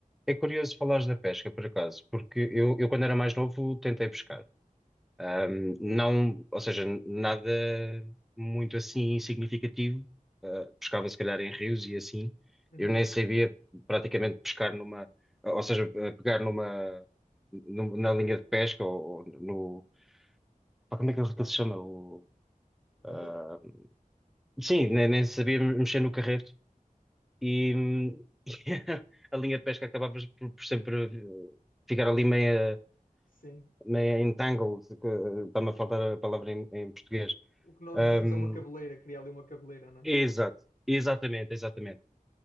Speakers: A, in the centre; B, on the left (about 70°).
A: é curioso falares da pesca, por acaso, porque eu, eu quando era mais novo tentei pescar. Um, não, ou seja, nada muito assim significativo. Uh, pescava se calhar em rios e assim.
B: Uhum.
A: Eu nem sabia praticamente pescar numa, ou seja, uh, pegar numa, num- na linha de pesca ou, ou no, pá, como é que ele que ele se chama? O, uh,
B: O
A: sim, nem, nem sabia mexer no carreto e, hum, <laughs> e a linha de pesca acabava por, por sempre uh, ficar ali meia,
B: Sim.
A: meia entangled, que, uh, está-me a faltar a palavra em em português.
B: O que nós
A: Um,
B: dizemos é uma cabeleira, criar ali uma cabeleira, não é?
A: Exato, exatamente, exatamente.